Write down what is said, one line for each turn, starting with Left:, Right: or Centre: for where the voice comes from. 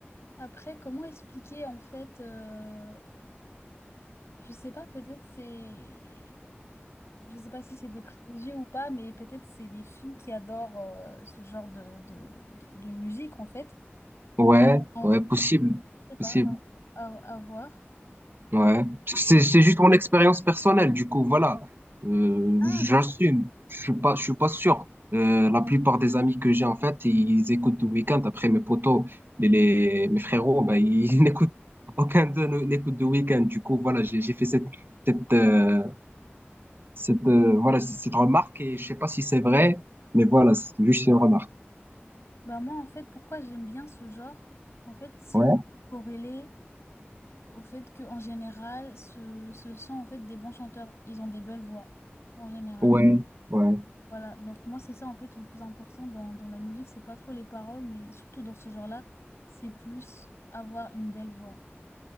Left: Après, comment expliquer en fait euh, Je sais pas, peut-être c'est. Je sais pas si c'est des privilégiés ou pas, mais peut-être c'est les filles qui adorent euh, ce genre de, de, de, de musique, en fait.
Right: Ouais,
Left: On
Right: ouais, possible,
Left: je sais pas,
Right: possible,
Left: à, à- à voir.
Right: ouais.
Left: Euh,
Right: Parce que C'est,
Left: euh,
Right: c'est juste mon expérience personnelle, du coup, voilà. Euh,
Left: ah,
Right: j'assume.
Left: d'accord.
Right: Je suis pas, je suis pas sûr. Euh, la plupart des amis que j'ai, en fait, ils écoutent du week-end. Après, mes potos, les, les, mes frérots, ben, ils <laughs> n'écoutent, aucun d'eux ne- n'écoute de week-end. Du coup, voilà, j'ai, j'ai fait cette, cette, euh, cette, euh, voilà, cette remarque et je sais pas si c'est vrai, mais voilà, c'est juste une remarque.
Left: Bah, moi, en fait, pourquoi j'aime bien ce genre? En fait, c'est
Right: Ouais.
Left: plutôt corrélé au fait que en général, ce, ce sont en fait des bons chanteurs. Ils ont des belles voix, en général.
Right: Ouais, ouais.
Left: Voilà, donc moi c'est ça en fait le plus important dans, dans la musique, c'est pas trop les paroles, mais surtout dans ce genre-là, c'est plus avoir une belle voix.